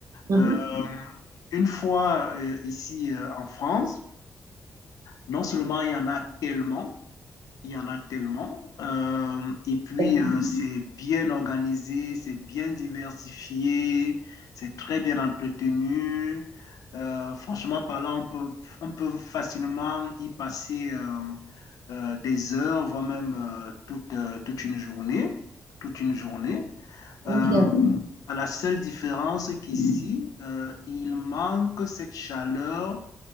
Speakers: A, on the right (about 70°); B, on the left (about 85°).
A: Mhm.
B: Euh,
A: Oui,
B: une fois euh, ici euh, en France, non seulement il y en a tellement, il y en a tellement. Euh, et puis,
A: c'est vrai.
B: euh, c'est bien organisé, c'est bien diversifié, c'est très bien entretenu. Euh, franchement parlant, on peut, on peut facilement y passer euh, euh, des heures, voire même euh, toute, euh, toute une journée. Toute une journée. Euh,
A: Ok, ouais.
B: à la seule différence qu'ici, euh, il manque cette chaleur